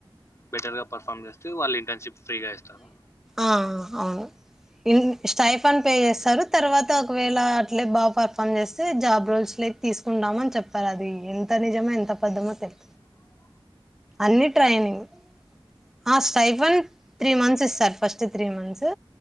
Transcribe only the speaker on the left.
బెటర్ గా పర్ఫామ్ చేస్తే వాళ్ళు ఇంటర్న్షిప్ ఫ్రీగా ఇస్తారు.
అ